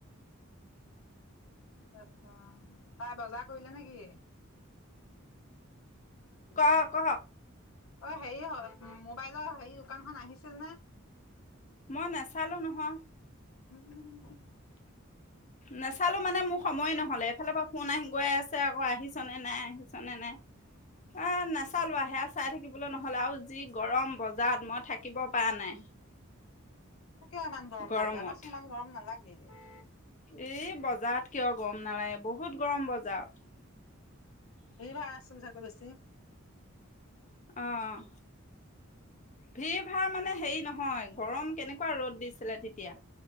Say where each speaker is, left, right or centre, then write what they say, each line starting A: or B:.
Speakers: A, on the left; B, on the left.
A: <unintelligible> তাই বজাৰ কৰিলে নে কি?
B: ক', ক'
A: অ' হেৰি হ'ল মোবাইলৰ হেৰি দোকানখন আহিছিল নে?
B: মই নেচালো নহয়।
A: উম
B: নেচালো মানে মোৰ সময়ে নহ'লে, এফালৰ পৰা ফোন আহি গৈ আছে আকৌ, আহিছ নে নাই, আহিছ নে নাই?
A: <inaudible>
B: আ নাচালোৱা হে চাই থাকিবলৈ নহলে, আৰু যি গৰম বজাৰত, মই থাকিব পৰা নাই।
A: তোৰ কিয় ইমান গৰম
B: গৰমত
A: লাগে? আমাৰ চোন ইমান গৰম নালাগেই।
B: ই বজাৰত কিয় গৰম নালাগে, বহুত গৰম বজাৰত।
A: হেৰি বা আছিল চাগৈ বেছি।
B: অ' সেই ভাৰ মানে হেৰি নহয় গৰম কেনেকুৱা ৰ'দ দিছিলে তেতিয়া।